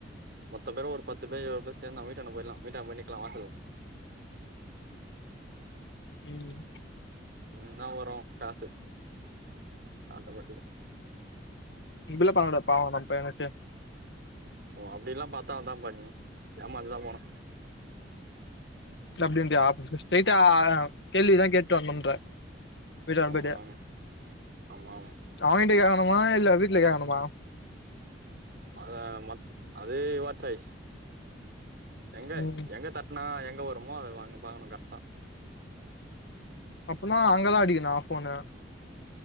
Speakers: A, on the right; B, on the left.
A: மொத்த பேரு ஒரு பத்து பேர் இருவது பேர் சேந்து அவ வீட்டாண்ட போயிலா போயிட்டு அங்க போய் நிக்கலா வாசல்ல
B: ம்
A: ன்ன வரு காசு அந்த பெட்டிக்க
B: இப்டிலா பண்ணகூடாது பாவம் நம்ம பையனாச்சே
A: ஓ அப்டி எல்லா பாத்தா அதா பண்ணி ஏமாந்துதா போனு
B: அப்டின்றியா ஸ்ட்ரைட் ஆ கேள்விதா கேட்டு வருணுன்ற விட்டா
A: ஆமா
B: போயிட்டு
A: ஆமா ஆமா ஆமா
B: அவங்கிட்ட கேகணுமா இல்ல வீட் ல கேகணுமா?
A: அத அது யுவர் சாய்ஸ் எங்க
B: ம்
A: எங்க தட்னா எங்க வருமோ அத அங்க பாக்கணு கர்ட்டா
B: அப்பனா அங்கதா அடிக்கனா போனு